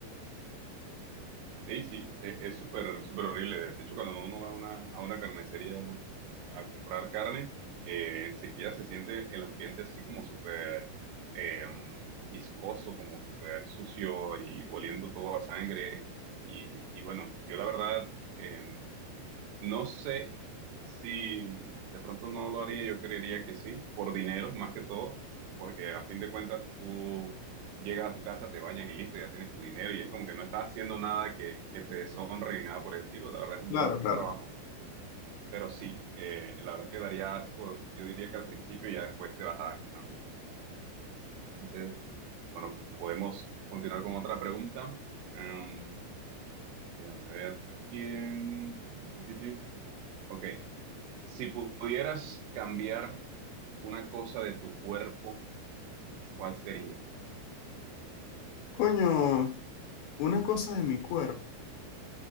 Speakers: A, on the right; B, on the left.
A: Ey, sí, e- es súper, súper horrible. De hecho, cuando uno va a una, a una carnicería a comprar carne, eh, enseguida se siente el ambiente así como súper em, viscoso, como súper sucio y oliendo todo a sangre. Y, y bueno, yo la verdad, em, no sé si de pronto no lo haría, yo creería que sí, por dinero más que todo, porque a fin de cuentas tú llegas a tu casa, te bañas y listo, ya tienes tu dinero y es como que no estás haciendo nada que, que te deshonre ni nada por el estilo, la verdad es un
B: Claro,
A: buen
B: claro.
A: trabajo, pero sí, eh, la verdad es que daría asco, yo diría que al principio y ya después te vas adaptando. Entonces, bueno, podemos continuar con otra pregunta. Em, déjame ver por aquí. Ti, ti, ti, ti, ti. Ok. Si pudieras cambiar una cosa de tu cuerpo, ¿cuál sería?
B: Coño, una cosa de mi cuerpo.